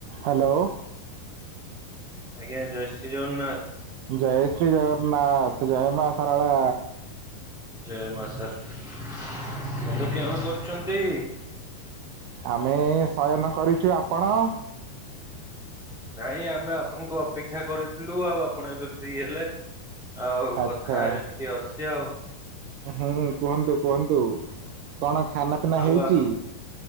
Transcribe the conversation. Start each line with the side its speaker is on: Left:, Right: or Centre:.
Right: Hello.
Centre: ଆଜ୍ଞା ଜୟ ଶ୍ରୀ ଜଗନ୍ନାଥ।
Right: ଜୟ ଶ୍ରୀ ଜଗନ୍ନାଥ ଜୟ ମା ସାରଳା।
Centre: ଜୟ ମା ସାରା ବନ୍ଧୁ କେଉଁ କରୁଛନ୍ତି?
Right: ଆମେ ଶୟନ କରିଛୁ ଆପଣ।
Centre: ନାଇଁ ଆମେ ଆପଣଙ୍କୁ ଅପେକ୍ଷା କରିଥିଲୁ ଆଉ ଆପ ପୁଣ ଏବେ ଫ୍ରି ହେଲେ ଆଉ
Right: ଆଚ୍ଛା
Centre: କଥା ଟିକେ ଅଛି ଆଉ।
Right: ହୁଁ କୁହନ୍ତୁ କୁହନ୍ତୁ କଣ ଖାନା ପିନା
Centre: ଆଉ
Right: ହେଇଛି?